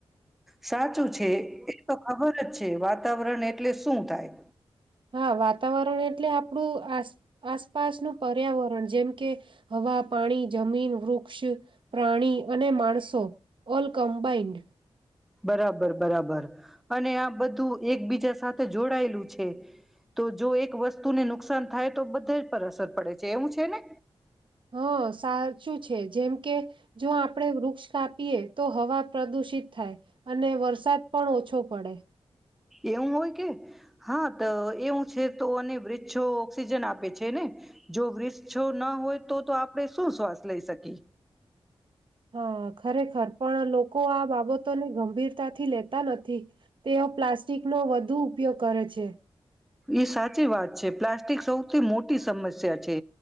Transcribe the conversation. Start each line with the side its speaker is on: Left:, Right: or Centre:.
Centre: સાચું છે, એ તો ખબરજ. વાતાવરણ એટલે શું થાય?
Right: હા, વાતાવરણ એ એટલે આપણું આસ આસપાસનું પર્યાવરણ, જેમ કે હવા, પાણી, જમીન, વૃક્ષ, પ્રાણી અને માણસો, ઓલ કમ્બાઇન્ડ.
Centre: બરાબર બરાબર અને આ બધું એકબીજા સાથે જોડાયેલું છે, તો જો એક વસ્તુને નુકસાન થાય, તો બધા પર અસર પડે છે એવું છે ને?
Right: હા, સાચું છે જેમ કે જો આપરે વૃક્ષ કાપીએ તો હવા પ્રદુષિત થાય અને વરસાદ પણ ઓછો પડે.
Centre: એવું હોય કે હા તો એવું છે તો અને વૃક્ષો ઓક્સિજન આપે છે ને જો વૃક્ષો ના હોય તો તો આપણે શું શ્વાસ લઈ શકીએ.
Right: હા. ખરેખર પણ લોકો આ બાબતોને ગંભીરતાથી લેતા નથી તેઓ પ્લાસ્ટિક નો વધુ ઉપયોગ કરે છે.
Centre: એ સાચી વાત છે પ્લાસ્ટિક સૌથી મોટી સમસ્યા છે